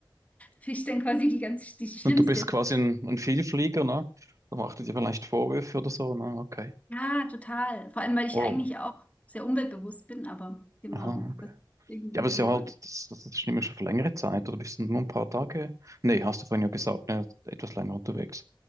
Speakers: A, on the left; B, on the right.
A: Da bin ich dann quasi die ganz, die Schlimmste.
B: Und du bist quasi ein, ein Vielflieger, ne? Da macht er dir vielleicht Vorwürfe oder so, ne? Okay.
A: Ja, total. Vor allem, weil ich
B: Wow.
A: eigentlich auch sehr umweltbewusst bin, aber genau,
B: Aha.
A: das ist irgendwie
B: Ja, aber es
A: so.
B: ist ja halt, das, das das stimmt ja schon für längere Zeit, oder bist du nur ein paar Tage? Nee, hast du vorhin ja gesagt, ne, etwas länger unterwegs.